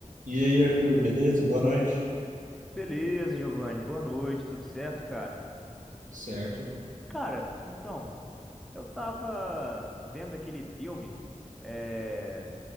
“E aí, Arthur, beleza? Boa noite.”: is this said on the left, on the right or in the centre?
Right